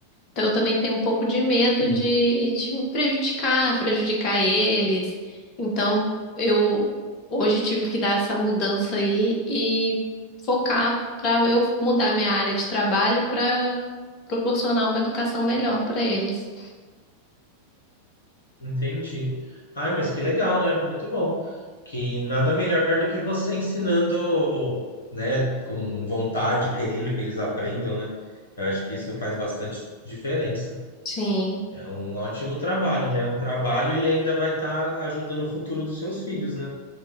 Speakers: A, on the left; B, on the left.
A: Então, eu também tenho um pouco de medo
B: Sim,
A: de, de me prejudicar, prejudicar eles. Então, eu hoje tive que dar essa mudança aí e focar para eu mudar minha área de trabalho para proporcionar uma educação melhor para eles.
B: entendi. Ai, mas que legal, né? Muito bom. Que nada melhor do que você ensinando, né, com vontade, querendo que eles aprendam, né? Eu acho que isso faz bastante diferença.
A: Sim,
B: É um ótimo trabalho, né? É um trabalho e ainda vai estar ajudando o futuro dos seus filhos, né?